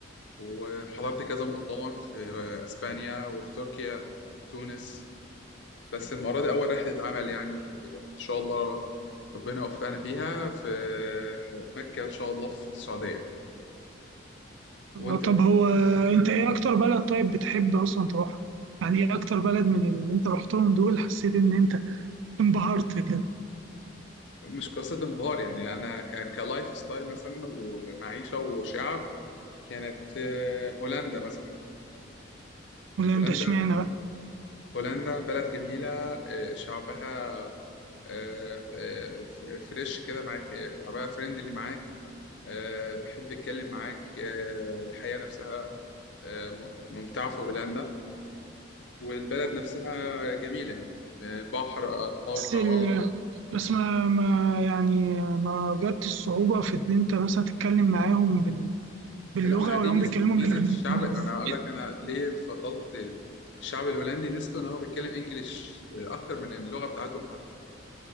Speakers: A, on the left; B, on the right.
A: وحضرت كذا مؤتمر في آه، اسبانيا وفي تركيا تونس بس المرة دي أول رحلة عمل يعني إن شاء الله ربنا يوفقنا فيها في مكة إن شاء الله في السعودية وأنت
B: آه، طب هو انت ايه اكتر بلد طيب بتحب اصلا تروحها يعني ايه اكتر بلد من اللي انت رحتهم دول حسيت ان انت انبهرت كده
A: مش قصة انبهار يعني أنا ك- كلايف ستايل مثلا ومعيشة وشعب كانت آه، هولندا مثلا
B: ولا
A: هولندا
B: انت اشمعنى بقى
A: هولندا بلد جميلة آه، شعبها آه، آه، فريش كده معاك آه، شعبها فريندلي معاك آه، يحب يتكلم معاك آه، الحياة نفسها آه، ممتعة في هولندا والبلد نفسها جميلة يعني آه، بحر أنهار
B: بس
A: قنوات
B: ال... بس ما ما يعني ما جت الصعوبة في إن أنت مثلا تتكلم معاهم بال... باللغة
A: لا ما هي
B: ولا
A: دي
B: هم
A: ميزة
B: بيتكلموا
A: ميزة
B: بالإنجليزي
A: الشعب أنا هقول لك أنا ليه فضلت الشعب الهولندي ميزته إن هو بيتكلم إنجليش أكتر من اللغة بتاعتهم حتى